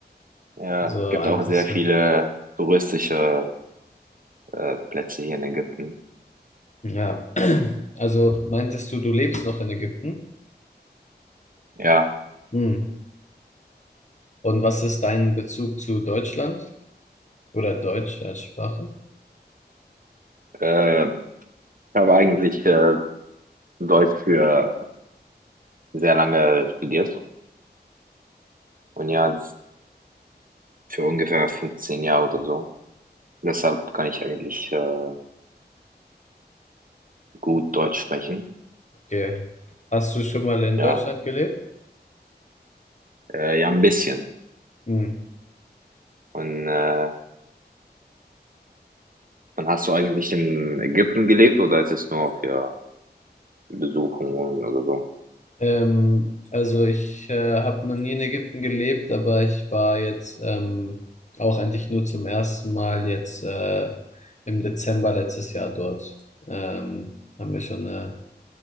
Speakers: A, on the right (about 55°); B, on the left (about 45°).
A: Ja,
B: Also
A: es gibt
B: eigentlich
A: auch sehr
B: so.
A: viele touristische äh, Plätze hier in Ägypten.
B: Ja. <clears throat> Also meintest du, du lebst noch in Ägypten?
A: Ja,
B: Hm. Und was ist dein Bezug zu Deutschland oder Deutsch als Sprache?
A: äh, ich habe eigentlich äh, Deutsch für sehr lange studiert. Und ja, für ungefähr 15 Jahre oder so. Deshalb kann ich eigentlich äh, gut Deutsch sprechen.
B: Okay. Hast du schon mal in
A: Ja,
B: Deutschland gelebt?
A: äh, ja, ein bisschen.
B: Hm.
A: Und äh, Und hast du eigentlich in Ägypten gelebt oder ist es nur für Besuchungen oder so?
B: Ähm, also ich äh, habe noch nie in Ägypten gelebt, aber ich war jetzt ähm, auch eigentlich nur zum ersten Mal jetzt äh, im Dezember letztes Jahr dort. Ähm, haben wir schon eine